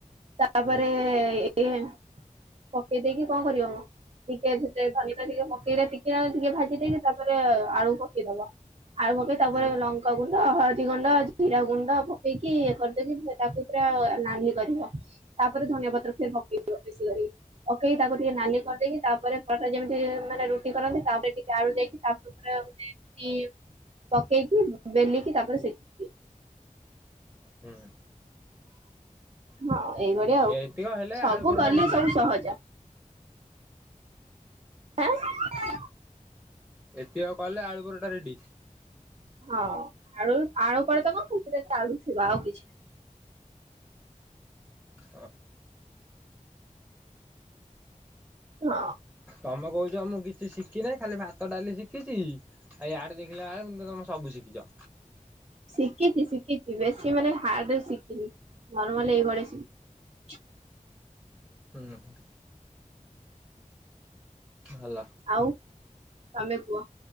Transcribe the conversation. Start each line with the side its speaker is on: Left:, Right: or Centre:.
Right: ତାପରେ
Centre: ହୁଁ
Right: ଏ ଏ ପକେଇ ଦେଇେଇକି କଣ କରିବ ମୁଁ ଟିକେ ସେେ ଧନି ଟା ଟିକେ ପକେଇ ଟିକେଟେ ଟିକେ ଭାଜି ଦେଇକି ତାପରେ ଆଳୁ ପକେଇଦବ। ଆଳୁ ପକେଇ ତାପରେ
Centre: ହୁଁ
Right: ଲଙ୍କା ଗୁଣ ହଳଦୀ ଗୁଣ୍ଡ ଜିରା ଗୁଣ୍ଡ ପକେଇକି ଇଏ କରିଦେଇକି ତାକୁ ପୁରା ନାଲି ିବ ତାପରେ ଧନିଆ ପତ୍ର ଫେର ପକେଇ ବେଶୀ କରିକି ପକେଇକି ତାକୁ ଟିକେ ନାଲି କରିଦେଇକି ତାପରେ ପରାଟା ଯେମିତି ମାନେ ରୁଟି କରନ୍ତି ତାପରେ ଟିକେ ଆଳୁ ଦେଇକି ତାପ ଉପରେ ମାନେ ରୁଟି ପକେଇକି ବେଲିକି ତାପରେ ସେକି ଦିଅ।
Centre: ହୁଁ।
Right: ହଁ ଏଇଭଳିଆ ଆଉ
Centre: ଏତିକ ହେଲେ
Right: ସବୁ
Centre: ଆଳୁ ପରଟା
Right: କଲେ
Centre: ରେଡି
Right: ସବୁ ସହଜ ଏଃ ଏଃ।
Centre: ଏତିକ କଲେ ଆଳୁପରଟା ରେଡି
Right: ହଁ ଆ ଆଳୁପରଟା କଣ ଖାଲିସେଥିରେ ଆଳୁ ଥିବ ଆଉ କିଛି ନାହି।
Centre: ହଁ।
Right: ହ।
Centre: ତମେ କହୁଛ ଆମକୁ କିଛି ଶିଖି ନାହିଁ ଖାଲି ଭାତ ଡାଲି ଶିଖିଛି। ଆ ଆଡେ ଦେଖିଲା ବେଳକୁ କିନ୍ତୁ ତମେ ସବୁ ଶିଖିଛ।
Right: ଶିଖିଛି ଶିଖିଛି ବେଶୀ ମାନେ ହାଡଦରେ ଶିଖିନି ନର୍ମାଲି ଏଇଭଳିଆ ଶିଖି
Centre: ହୁଁ ହୁଁ। ଭଲ।
Right: ଆଉ ତମେ କୁହ